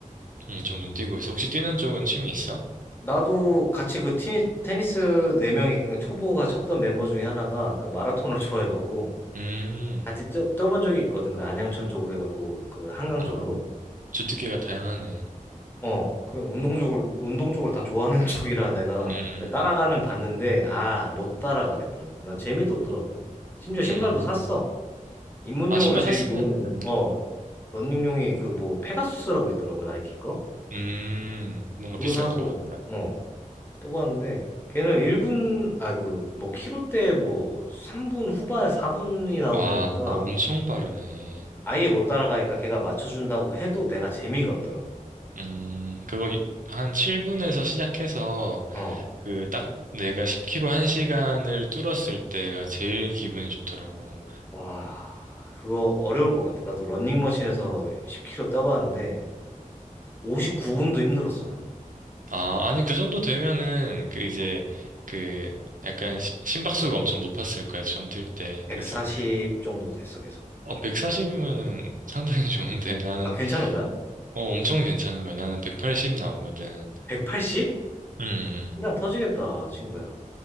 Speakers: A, on the right; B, on the left.
A: 음, 종종 뛰고 있어. 혹시 뛰는 쪽은 취미 있어?
B: 나도 같이 그 티, 테니스 네 명이 그 초보가 쳤던 멤버 중에 하나가 그 마라톤을 <laughs> 좋아해갖고
A: 음,
B: 같이 쪄뛰본 적이 있거든. 그 안양천 쪽으로 해갖고 그 한강
A: 아,
B: 쪽으로.
A: 주특기가 다양하네.
B: 어, 그 운동 쪽을 운동 쪽을 다 좋아하는 <laughs> 쪽이라 내가
A: 음,
B: 그 따라가는 봤는데 아, 못 따라가겠더라고. 난 재미도 없더라고. 심지어 신발도
A: 음.
B: 샀어. 입문용으로
A: 아, 신발
B: 제일
A: 샀으면은,
B: 좋은 어, 러닝용이 그 뭐 페가수스라고 있더라고 나이키 거.
A: 음, 뭔가
B: 그거
A: 비쌀
B: 사고
A: 것 같다.
B: 어. 또 봤는데 걔는 1분 아 그 뭐 키로대 뭐 3분 후반 4분이 나오니까
A: 와, 엄청 빠르네.
B: 아예 못 따라가니까 걔가 맞춰준다고 해도 내가 재미가 없더라고.
A: 음, 그거 이- 한 7분에서 시작해서,
B: 어.
A: 그, 딱 내가 10km 1시간을 뚫었을 때가 제일 기분이 좋더라고.
B: 와 그거 어려울 것 같아. 나도 런닝머신에서 10km 따봤는데 59분도 힘들었어 난.
A: 아, 아니, 그 정도 되면은, 그 이제,
B: 어.
A: 그, 약간 시- 심박수가 엄청 높았을 거야, 처음 뛸 때.
B: 140
A: 그래서
B: 정도 됐어 계속.
A: 어, 140이면은 상당히 좋은데 <laughs> 나는
B: 아 괜찮은 거야?
A: 어 엄청 괜찮은 거야. 나는 180
B: 그래?
A: 나오거든.
B: 180?
A: 음.
B: 그냥
A: 음.
B: 터지겠다 친구야.